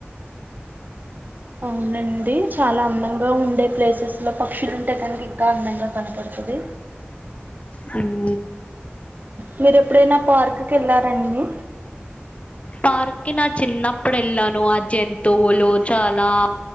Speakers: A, on the right; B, on the left.
A: అవునండి చాలా అందంగా ఉ ఇండే ప్లేసెస్ లో పక్షులు ఉంటే కనుక ఇంకా అందంగా కనపడుతుంది
B: అవు
A: మీర ఎప్పుడైనా పార్క్కి వెళ్లారండి
B: పార్కి నా చిన్నప్పుడు ఎలానో అజ ఎంత పోళ చాలా